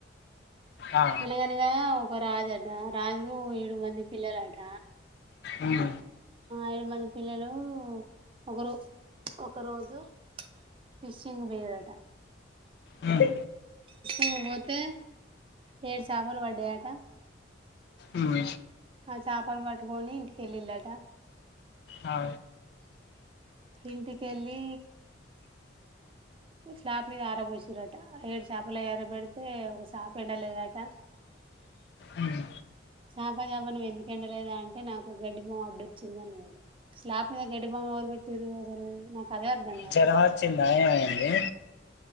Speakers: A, on the left; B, on the right.
A: ఆ, ఆ.
B: అనగనగా ఒక రాజు అట రాజుకు ఏడు మంది పిల్లలట
A: ఉమ్,
B: ఏడు మంది పిల్లలు ఒకరో ఒకరోజు ఫిషింగ్ వేయరట
A: ఉమ్,
B: ఇమ పోతే ఏడు చేపలు పడ్డాయట
A: ఉమ్,
B: ఆ చేాపలు పట్టుకొని ఇంటికెళ్ళిళ్ళట
A: ఆ,
B: ఇంటిక వెళ్ళి స్లాప్ మీద ఆరబోసిారట ఏడు చేాపల ఎరబెడితే ఒక షాప ఎండలేదట
A: ఉమ్.
B: చప చేాప ఎందుకుెండలేదా అంటే నాకు గడ్డి బొమ్మ అడ్డుొచ్చింది అన్నాడు స్లాబ్ మీద గడ్డి బొమ్మ ఎవరు పెట్టటిారు అసలు నాకు అదే అర్థం కాలే
A: జరమాచ్చిందా ఏమైంది